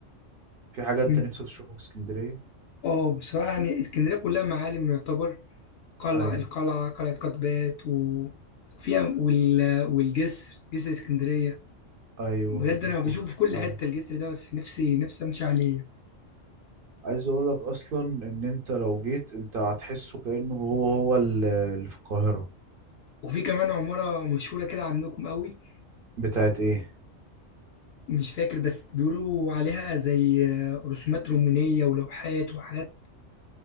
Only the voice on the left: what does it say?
مم.
اه بصراحة يعني اسكندرية كلها معالم يعتبر قلع
القلعة قلعة قطبات و- وفيها وال... والجسر جسر اسكندرية
بجد
أنا بشوف في كل
حتة الجسر ده بس نفسي نفسي أمشي عليه
وفي كمان عمارة مشهورة كده عندكم قوي
مش فاكر بس بيقولوا عليها زي رسومات رومانية ولوحات وحاجات